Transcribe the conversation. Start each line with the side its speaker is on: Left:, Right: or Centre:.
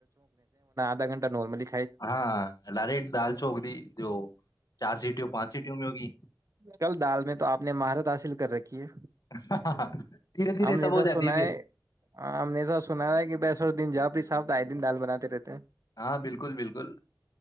Right: گھٹ نملی
Left: ہاں لاری دال چوک دی جو چار سیٹیوں پانچ سیٹیوں میں ہوگی
Right: کل دال میں تو آپ نے مہارت حاصل کر رکھی ہے
Left: دھیرے دھیرے
Right: ہم
Left: سب
Right: نے سا
Left: ہو جاتی
Right: سنا
Left: پھر
Right: ہے ہم نے سا سنا ہے کہ بیسر دن جا ابھی صاب آھائی دن دال بنات رہتے ہیں
Left: ہاں بالکل بالکل